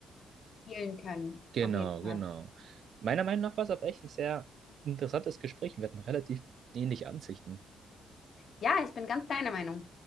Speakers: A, on the left (about 55°); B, on the right (about 60°).
A: dealen können,
B: Genau,
A: auf jeden Fall.
B: genau. Meiner Meinung nach war es aber echt ein sehr interessantes Gespräch. Wir hatten relativ ähnliche Ansichten.
A: Ja, ich bin ganz deiner Meinung.